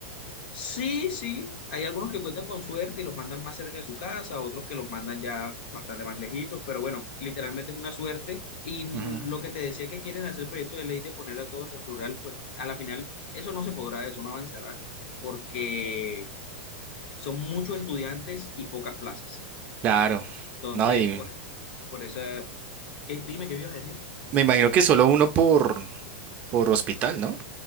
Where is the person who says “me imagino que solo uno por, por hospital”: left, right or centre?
Right